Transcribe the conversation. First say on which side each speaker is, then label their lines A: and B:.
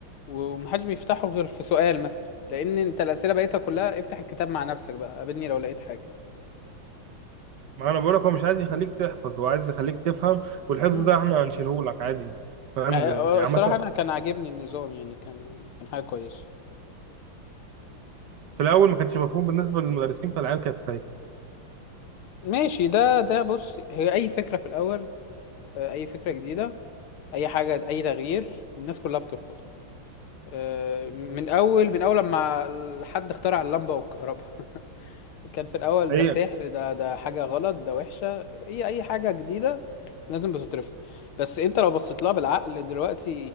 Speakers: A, on the left; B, on the right.
A: ومحدش بيفتحه غير في سؤال مثلا لان انت الاسئله بقيتها كلها افتح الكتاب مع نفسك بقى قابلني لو لقيت حاجه
B: ما انا بقول لك هو مش عايز يخليك تحفظ هو عايز يخليك تفهم والحفظ
A: مم.
B: ده احنا هنشيله لك عادي فاهم
A: ما-
B: يعني
A: آه، الصراحه
B: مثلا
A: انا كان عاجبني النظام يعني كان كان حاجه كويسه
B: في الاول ما كانش مفهوم بالنسبه للمدرسين فالعيال كانت خايفه
A: ماشي ده ده بص هي اي فكره في الاول آه، اي فكره جديده اي حاجه اي تغيير الناس كلها بترفضه آه، من اول من اول لما حد اخترع اللمبه والكهرباء <laughs> كان في الاول
B: حقيقه
A: ده سحر ده ده حاجه غلط ده وحشه هي اي حاجه جديده لازم بتترفض بس انت لو بصيت لها بالعقل دلوقتي